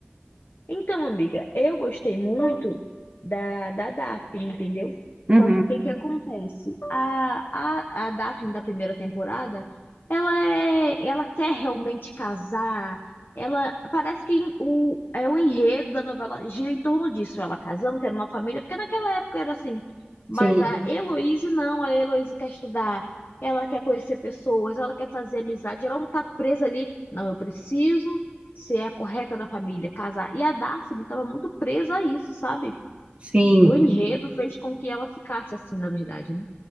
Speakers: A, on the left; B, on the right.
A: Então, amiga, eu gostei muito da, da Daphne, entendeu?
B: Uhum,
A: Só que o que que acontece? A, a, a Daphne da primeira temporada, ela é, ela quer realmente casar. Ela parece que o, é o enredo da novela gira em torno disso, ela casando, tendo uma família, porque naquela época era assim. Mas
B: sim,
A: a Heloísa não, a Heloísa quer estudar, ela quer conhecer pessoas, ela quer fazer amizade, ela não tá presa ali. Não, eu preciso se é correta na família, casar. E a Daphne estava muito presa a isso, sabe?
B: sim.
A: O enredo fez com que ela ficasse assim, na verdade, né?